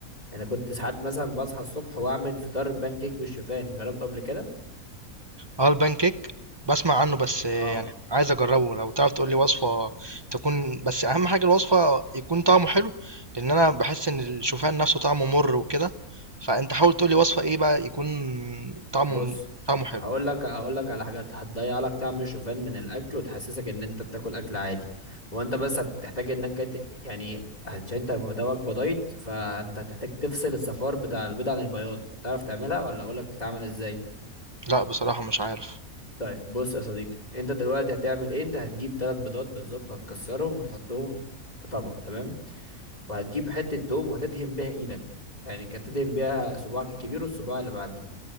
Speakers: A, on the left (about 25°); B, on the right (about 25°).
A: يعني كنت ساعات مثلا بصحى الصبح واعمل فطار بان كيك بالشوفان جربته قبل كده
B: اه البان كيك بسمع عنه بس يعني
A: اه
B: عايز اجربه لو تعرف تقول لي وصفة تكون بس اهم حاجة الوصفة يكون طعمه حلو لان انا بحس ان الشوفان نفسه طعمه مر وكده فانت حاول تقول لي وصفة ايه بقى يكون طعمه
A: بص
B: طعمه حلو
A: هقول لك هقول لك على حاجات هتضيع لك طعم الشوفان من الاكل وتحسسك ان انت بتاكل اكل عادي هو انت بس هتحتاج انك أنت- يعني عشان انت مدوك بدايت فانت هتحتاج تفصل الصفار بتاع البيض عن البياض تعرف تعملها ولا اقول لك بتتعمل ازاي
B: لا بصراحة مش عارف
A: طيب بص يا صديقي انت دلوقتي هتعمل ايه انت هتجيب ثلاث بيضات بالظبط هتكسرهم وتحطهم في طبق تمام وهتجيب حتة توم وهتدهن بيها ايدك يعني انت هتدهن بيها صباعك الكبير والصباع اللي بعديه